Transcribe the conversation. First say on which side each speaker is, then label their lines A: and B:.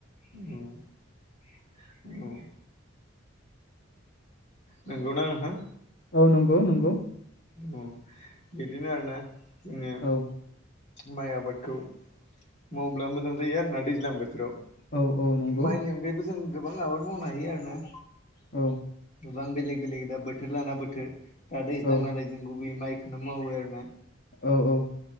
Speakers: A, on the left; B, on the left.
A: औ औ नंगौना नोंथां?
B: औ नंगौ नंगौ।
A: औ बिदिनो आरोना। जोङो
B: औ
A: माइ आबादखौ। मावब्ला मोजां जायो आरो ना दैज्लां बोथोराव।
B: औ औ नंगौ
A: माइनि अनगायैबो जों। गोबां आबाद मावनो हायो आरो ना।
B: औ
A: गोबां बेलेग बेलेग दा बोथोर लाना बोथोर दा दैज्लां
B: औ
A: नालाय जों गुबैयै माइ खोनों मावो आरो ना
B: औ औ